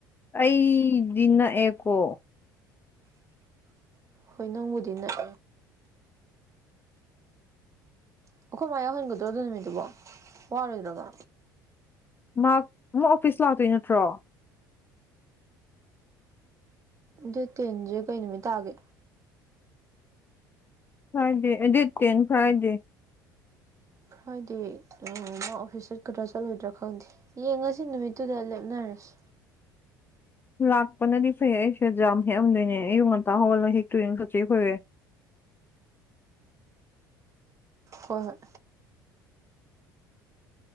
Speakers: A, on the left; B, on the right.
A: ꯑꯩꯗꯤ ꯅꯛꯑꯦꯀꯣ
B: ꯍꯣꯏ ꯅꯪꯕꯨꯗꯤ ꯅꯛ ꯑꯩꯈꯣꯏ ꯃꯥ ꯌꯥꯎꯍꯟꯒꯗ꯭ꯔꯣ ꯑꯗꯨ ꯅꯨꯃꯤꯠꯇꯨꯕꯣ ꯋꯥꯔꯣꯏꯗ꯭ꯔꯕ
A: ꯃꯍꯥꯛ ꯃꯥ ꯑꯣꯐꯤꯁ ꯂꯥꯛꯇꯣꯏ ꯅꯠꯇ꯭ꯔꯣ
B: ꯗꯦꯠ ꯇꯦꯟꯁꯦ ꯀꯩ ꯅꯨꯃꯤꯠ ꯇꯥꯒꯦ
A: ꯐ꯭ꯔꯥꯏꯗꯦ ꯑ ꯗꯦꯠ ꯇꯦꯟ ꯐ꯭ꯔꯥꯏꯗꯦ
B: ꯐ꯭ꯔꯥꯏꯗꯦ ꯃꯥ ꯑꯣꯐꯤꯁꯠ ꯆꯠꯀꯗ꯭ꯔ ꯆꯠꯂꯣꯏꯗ꯭ꯔꯥ ꯈꯪꯗꯦ ꯌꯦꯡ ꯉꯁꯦ ꯅꯨꯃꯤꯠꯇꯨꯗ ꯂꯦꯞꯅꯔꯁꯤ
A: ꯂꯥꯛꯄꯅꯗꯤ ꯐꯩ ꯑꯩꯁꯦ ꯌꯥꯝ ꯍꯦꯛꯑꯝꯗꯣꯏꯅꯦ ꯑꯌꯨꯛ ꯉꯟꯇꯥ ꯍꯧꯒꯠꯂ ꯍꯦꯛꯇꯣꯏꯑ ꯈꯣꯏꯆꯦ ꯈꯣꯏꯒꯩ
B: ꯍꯣꯏ ꯍꯣꯏ